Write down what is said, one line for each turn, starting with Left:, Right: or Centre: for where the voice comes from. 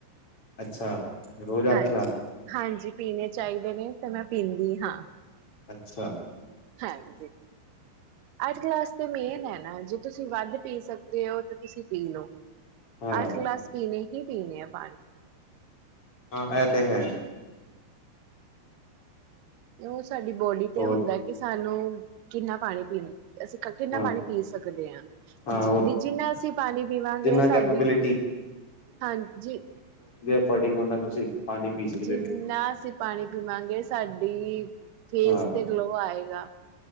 Left: ਅੱਛਾ ਰੋਜ਼
Right: ਹਾਂਜੀ
Left: ਅੱਠ ਗਲਾਸ
Right: ਹਾਂਜੀ ਪੀਣੇ ਚਾਹੀਦੇ ਨੇ ਤੇ ਮੈਂ ਪੀਂਦੀ ਹਾਂ
Left: ਅੱਛਾ
Right: ਹੈ ਜ ਅੱਠ ਕਲਾਸ ਤੇ ਮੇਨ ਹੈ ਨਾ ਜੇ ਤੁਸੀਂ ਵੱਧ ਪੀ ਸਕਦੇ ਹੋ ਤਾਂ ਤੁਸੀਂ ਪੀ ਲਓ
Left: ਹਾਂ,
Right: ਅੱਠ ਗਲਾਸ ਪੀਣੇ ਕੀ ਪੀਣੇ ਆ ਪਾਣੀ
Left: ਹਾਂ ਇਹ ਤੇ ਹੈ
Right: ਇਹੋ ਸਾਡੀ ਬੋਡੀ ਤੇ
Left: ਹੋਰ
Right: ਹੁੰਦਾ ਕਿ ਸਾਨੂੰ ਕਿੰਨਾ ਪਾਣੀ ਪੀਣੇ ਅਸੀਂ ਕਿੰਨਾ
Left: ਹਾਂ,
Right: ਪਾਣੀ ਪੀ ਸਕਦੇ ਹਾਂ,
Left: ਹਾਂ ਹੋਰ
Right: ਜਿਨ੍ਹਾਂ ਅਸੀਂ ਪਾਣੀ ਪੀਵਾਂਗੇ,
Left: ਜਿੰਨਾ
Right: ਸਾਡੀ
Left: ਕੈਪੇਬਿਲਿਟੀ
Right: ਹਾਂਜੀ
Left: ਫਟਿੰਗ ਹਨਾ ਤੁਸੀਂ ਪਾਣੀ ਪੀ ਸਕਦੇ
Right: ਜਿੰਨਾਸੀ ਪਾਣੀ ਪੀ ਵਾਂਗੇ ਸਾਡੀ
Left: ਹੋ।
Right: ਫੇਸ
Left: ਹਾਂ
Right: ਤੇ ਗਲੋ ਆਏਗਾ